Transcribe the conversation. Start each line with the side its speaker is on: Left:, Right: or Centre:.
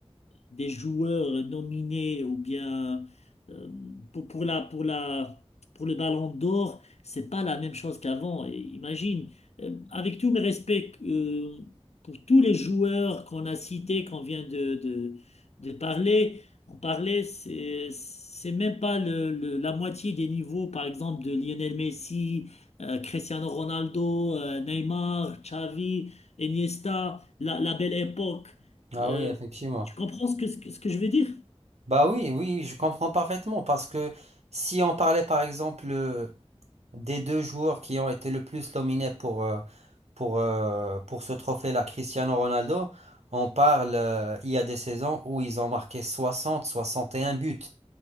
Left: des joueurs nominés ou bien euh, pour, pour la, pour la, pour le Ballon d'Or, c'est pas la même chose qu'avant. Et Imagine, euh, avec tous mes respects euh, pour tous les joueurs qu'on a cités, qu'on vient de, de, de parler, on parlait, c'est, c'est même pas le- le- la moitié des niveaux, par exemple, de Lionel Messi, euh, Cristiano Ronaldo, euh, Neymar, Xavi, Iniesta, la, la belle époque.
Right: Ah
Left: Euh,
Right: oui, effectivement.
Left: tu comprends ce que, ce que, ce que je veux dire?
Right: Bah oui, oui, je comprends parfaitement parce que si on parlait, par exemple. euh, des deux joueurs qui ont été le plus nominés pour, euh, pour, euh, pour ce trophée-là, Cristiano Ronaldo, on parle, euh, il y a des saisons où ils ont marqué 60, 61 buts.